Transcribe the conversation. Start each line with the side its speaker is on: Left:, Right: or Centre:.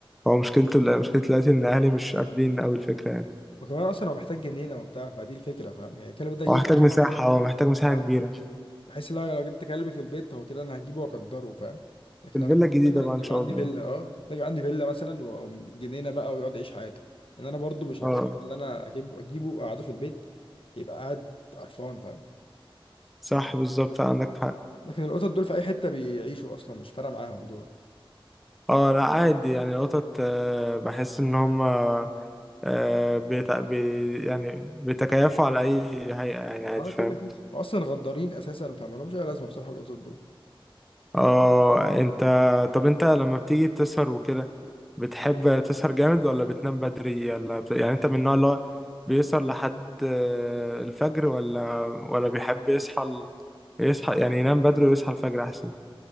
Centre: هو مشكلته مشكلتي دلوقتي ان اهلي مش قابلين قوي الفكرة يعني
Left: وكمان اصلا هو محتاج جنينه وبتاع فدي الفكره فاهم يعني الكلب ده يوفي
Centre: هو محتاج مساحة هو محتاج مساحة
Left: اه
Centre: كبيرة
Left: بحيث لو لو جبت كلب في البيت هو كده انا هجيبه واقدره فاهم لكن
Centre: في الفيلا
Left: انا محتاج
Centre: الجديدة
Left: مثلا
Centre: بقى ان
Left: يبقى
Centre: شاء
Left: عندي
Centre: الله
Left: فيلا اه محتاج يبقى عندي فيلا مثلا و- وجنينه بقى ويقعد يعيش حياته لان انا برضو مش هبقى
Centre: اه
Left: حابب ان انا اجيبه اجيبه واقعده في البيت يبقى قاعد قرفان فاهم
Centre: صح بالظبط عندك حق
Left: لكن القطط دول في اي حته بيعيشوا اصلا مش فارقه معاهم دول
Centre: اه لا عادي يعني القطط آه، بحس ان هما آه، بيت... بي... يعني بيتكيفوا على اي هيئة يعني عادي
Left: اه كده
Centre: فاهم
Left: كده هو اصلا غدارين اساسا فما لهمش اي لازمه بصراحه القطط دول
Centre: اه انت طب انت لما بتيجي تسهر وكده بتحب تسهر جامد ولا بتنام بدري ولا بت... يعني انت من النوع اللي هو بيسهر لحد آه، الفجر ولا ولا بيحب يصحى ال... يصحى يعني ينام بدري ويصحى الفجر احسن